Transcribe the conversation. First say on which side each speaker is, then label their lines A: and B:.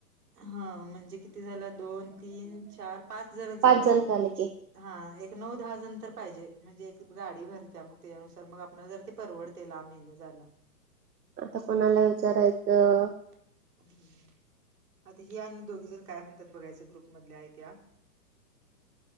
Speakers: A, on the right; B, on the right.
A: हा म्हणजे किती झाला दोन तीन चार पाच जण झालो
B: पाच
A: आपण
B: झाले की
A: हा एक नऊ दहा जनंतर पाहिजे म्हणजे एक गाडी भरत्या मग त्याच्यानुसार मग आपण जर ते परवडत ते लामेने जाणं
B: आता कोणाला विचारायचं
A: हम्म आता ही अ दोघी जण काय म्हणतात बघायच ग्रुप मधल्या आहेत त्या